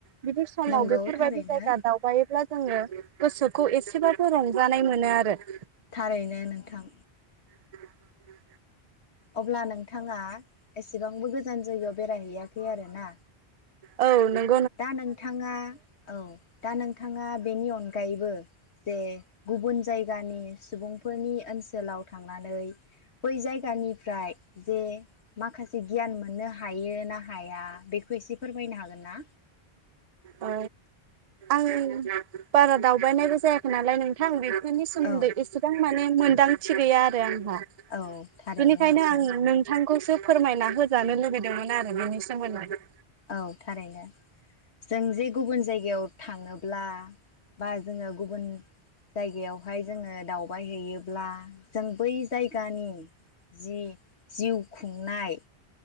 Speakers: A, on the right; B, on the left.
A: बिदि समाव
B: नंगौ
A: बेफोरबायदि
B: थारैनो
A: जायगा दावबायोब्ला। जोङो गोसोखौ। खौ एसेबाबो रंजानाय मोनो आरो। <inaudible>
B: थारैनो नोंथां
A: <inaudible>
B: अब्ला नोंथाङा एसेबांबो गोजान जायगायाव बेरायहैयाखै आरोना।
A: औ नों
B: दा नोंथाङा औ दा नोंथाङा बेनि अनगा अनगायैबो जे गुबुन जायगानि सुबुंफोरनि ओनसोलाव थांनानै बै जायगानिफ्राय जे माखासे गियान मोननो हायोना हाया बेखौ एसे फोरमायनो हागोनना
A: ओ आं बारा दावबायनायबो जायाखै नालाय नोंथां बि बिफोरनि सोमोनदै
B: औ
A: इसेबां मा माने मोनदांथि गैया आरो आं
B: औ थारैनो
A: बिनिखायनो
B: नोंथां
A: आं नोंथांखौ फोरमायना होजानो लुबैदोंमोन आरो बिनि सोमोन्दै
B: औ थारैनो जों जे गुबुन जायगायाव थाङोब्ला बा जोङो गुबुन जायगायावहाय जोङो दावबायहैयोब्ला जों बै जायगानि जि जिउ खुंनाय